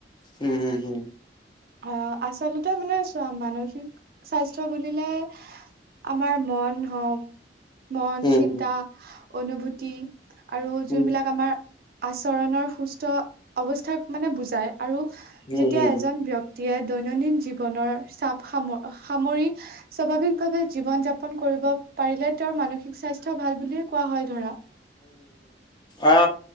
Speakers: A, on the left; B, on the right.
A: উম উম হুম।
B: অ আচলতে মানে চোৱা মানসিক স্বাস্থ্য বুলিলে আমাৰ মন হওঁক মন
A: উম
B: চিন্তা। অনুভূতি আৰু
A: উম
B: যোনবিলাক আমাৰ আচৰণৰ সুস্থ অৱস্থাক মানে বুজাই আৰু
A: উম
B: যেতিয়া
A: উম
B: এজন ব্য ক্তিয়ে দৈনন্দিন জীৱনৰ চাপ সাম সামৰি স্বাভাৱিকভাৱে জীৱন যাপন কৰিব পাৰিলে তেওঁৰ মানসিক স্বাস্থ্য ভাল বুলিয়ে কোৱা হয় ধৰা।
A: অ